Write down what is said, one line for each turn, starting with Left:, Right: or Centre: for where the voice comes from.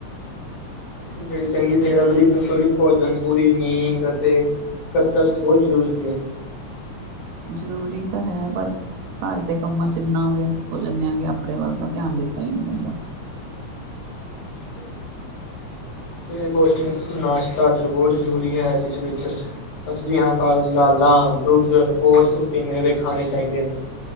Left: ਜਿਹੜੀ ਚੰਗੀ ਸਿਹਤ ਦੇ ਲਈ ਸੰਤੁਲਿਤ ਭੋਜਨ ਪੂਰੀ ਨਹੀਂ ਤੇ ਕਸਰਤ ਬਹੁਤ ਜ਼ਰੂਰੀ ਹੈ।
Right: ਜ਼ਰੂਰੀ ਤਾਂ ਹੈ। ਪਰ ਘਰ ਦੇ ਕੰਮਾਂ ਚ ਇੰਨਾ ਵਿਅਸਤ ਹੋ ਜਾਂਦੇ ਆ ਕਿ ਆਪਣੇ ਵੱਲ ਤਾਂ ਧਿਆਨ ਦਿੱਤਾ ਹੀ ਨਹੀਂ ਜਾਂਦਾ।
Left: ਹਮ। ਸਵੇਰੇ ਪੌਸ਼ਟਿਕ ਨਾਸ਼ਤਾ ਬਹੁਤ ਜ਼ਰੂਰੀ ਹੈ। ਜਿਸ ਵਿੱਚ ਸਬਜ਼ੀਆਂ, ਫਲ, ਦਾਲਾਂ, ਦੁੱਧ ਹੋਰ ਸੁੱਕੇ ਮੇਵੇ ਖਾਣੇ ਚਾਹੀਦੇ ਹਨ।